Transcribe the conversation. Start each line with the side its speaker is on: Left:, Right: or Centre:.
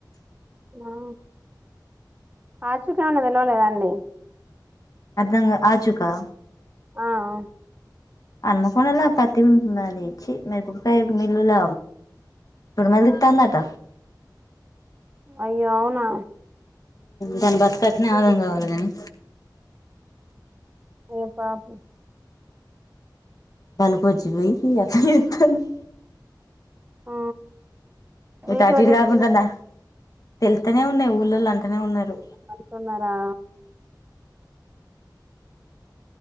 Right: ఆ ఆచుక ఎవన్న తెలవలేదండి
Left: అర్ధం గా ఆచుకా
Right: ఆ ఆ
Left: అనుమకుండలో పత్తి ఉన్నది ఇచ్చి మిరపకాయ మిల్లుల పొడుమలు తిత్తాందట
Right: అయ్యో అవునా
Left: దాని బతుకట్నే ఆగం కావాలి కాని
Right: ఏ పాపు
Left: బలుపోచి పోయి అట్లా చేస్తుంది
Right: ఆ
Left: మీ
Right: మీకు
Left: తటి
Right: ఎవరు
Left: ఇటు
Right: చెప్పినట్టు
Left: కాకుండా ఉన్న తేళ్తనే ఉన్నాయి ఊళ్ళోళు అంటనే ఉన్నారు
Right: అంటున్నారా